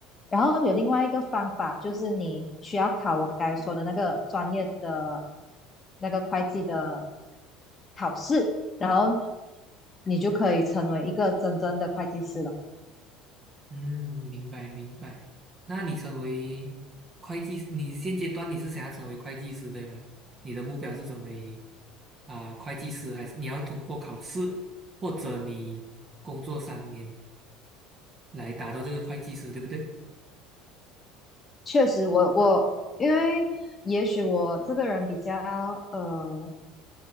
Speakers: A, on the left (about 25°); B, on the right (about 35°).
A: 然后有另外一个方法，就是你需要考我刚才说的那个专业的那个会计的考试，然后你就可以成为一个真正的会计师了。
B: 嗯，明白明白。那你成为会计，你现阶段你是想要成为会计师对吗？你的目标是成为啊、会计师，还是你要通过考试，或者你工作三年来达到这个会计师，对不对？
A: 确实我，我因为也许我这个人比较呃，